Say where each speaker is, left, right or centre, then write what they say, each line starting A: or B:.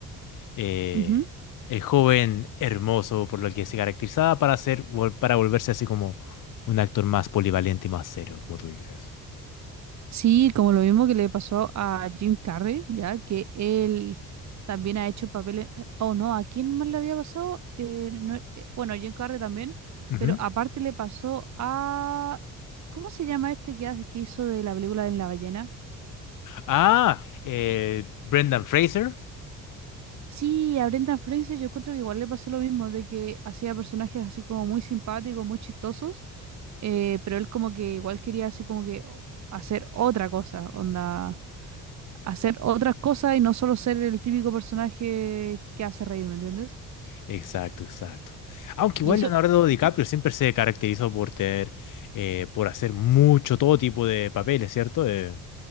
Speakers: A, on the left; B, on the right.
A: eh,
B: Ujú.
A: el joven hermoso por lo que se caracterizaba para ser, vol- para volverse así como un actor más polivalente y más serio, como tú dices.
B: Sí, como lo mismo que le pasó a Jim Carrey, ya que él también ha hecho papeles. eh, Oh, no, ¿a quién más le había pasado? Eh, no, eh, bueno, a Jim Carrey también,
A: Ujú.
B: pero aparte le pasó a. ¿Cómo se llama este que, hace- que hizo de la película de la ballena?
A: Ah, eh, Brendan Fraser.
B: Sí, a Brendan Fraser yo encuentro que igual le pasó lo mismo, de que hacía personajes así como muy simpáticos, muy chistosos, eh, pero él como que igual quería así como que o- hacer otra cosa, onda, hacer otras cosas y no solo ser el típico personaje que hace reír, ¿me entiendes?
A: Exacto, exacto. Aunque igual
B: Y eso,
A: Leonardo DiCaprio
B: Ujú.
A: siempre se caracterizó por tener, eh, por hacer mucho todo tipo de papeles, ¿cierto? Eh,